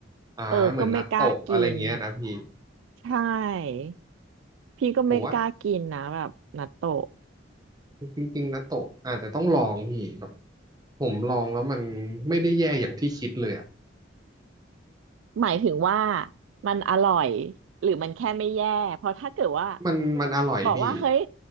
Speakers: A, on the right; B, on the right.
A: อ่าเหมือนนัตโตะอะไรเงี้ยนะพี่
B: เออก็ไม่กล้ากินใช่พี่ก็ไม่กล้ากินนะแบบนัตโตะ
A: ผมว่าจริงๆนัตโตะอาจจะต้องลองพี่แบบผมลองแล้วมันไม่ได้แย่อย่างที่คิดเลยอ่ะ
B: หมายถึงว่ามันอร่อยหรือมันแค่ไม่แย่เพราะถ้าเกิดว่า
A: มันมันอร่อยพี่
B: บอกว่าเฮ้ย